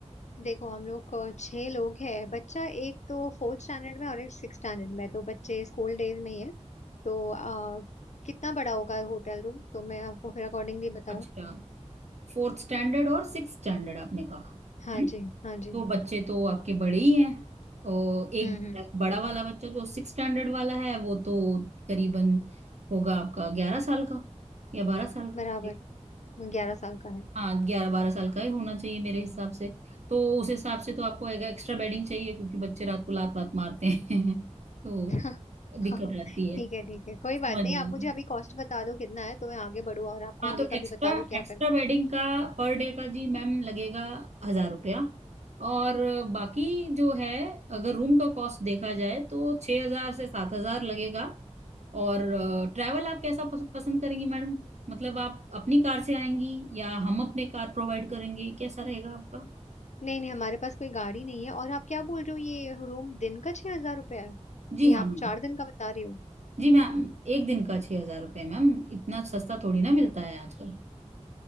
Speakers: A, on the left; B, on the right.
A: देखो हम लोग अ, छह लोग हैं बच्चा एक तो फोर्थ स्टैंडर्ड में और एक सिक्स स्टैंडर्ड में तो बच्चे स्कूल डेज में ही है तो आ, कितना बड़ा होगा होटल रूम तो मैं आपको फिर अकॉर्डिंगली बताऊँ
B: अच्छा फोर्थ स्टैंडर्ड और सिक्स स्टैंडर्ड आपने कहा
A: हाँ
B: है ना
A: जी हाँ जी
B: तो बच्चे तो आपके बड़े ही हैं और एक
A: हम्म हम्म
B: बड़ा वाला बच्चा जो सिक्स स्टैंडर्ड वाला है वो तो करीबन होगा आपका ग्यारह साल का या बारह साल
A: बराबर
B: का
A: वो ग्यारह साल का है
B: हाँ ग्यारह बारह साल का ही होना चाहिए मेरे हिसाब से तो उस हिसाब से तो आपको एक एक्स्ट्रा बेडिंग चाहिए क्योंकि बच्चे रात को लात वात मारते हैं <laughs> तो
A: <laughs> हाँ
B: दिक्कत
A: हाँ,
B: रहती है
A: ठीक है ठीक है
B: समझ
A: कोई बात नहीं
B: रहे
A: आप मुझे
B: हैं।
A: अभी कॉस्ट बता दो कितना है तो मैं आगे बढ़ूँ और आपको
B: हाँ
A: आगे
B: तो
A: का
B: एक्स्ट्रा
A: भी बता दूँ क्या
B: एक्स्ट्रा
A: करना है
B: बेडिंग का पर डे का जी मैम लगेगा हजार रुपया और बाकी जो है अगर रूम का कॉस्ट देखा जाए तो छह हजार से सात हजार लगेगा और ट्रैवल आप कैसा पस, पसंद करेंगी मैडम मतलब आप अपनी कार से आएंगी या हम अपने कार प्रोवाइड करेंगे कैसा रहेगा आपका
A: नहीं नहीं हमारे पास कोई गाड़ी नहीं है और आप क्या बोल रहे हो ये रूम दिन का छह हजार रुपया है
B: जी
A: कि
B: हाँ मैम।
A: आप चार दिन का बता रही हो
B: जी मैम एक दिन का छह हजार रुपये मैम इतना सस्ता थोड़ी ना मिलता है आजकल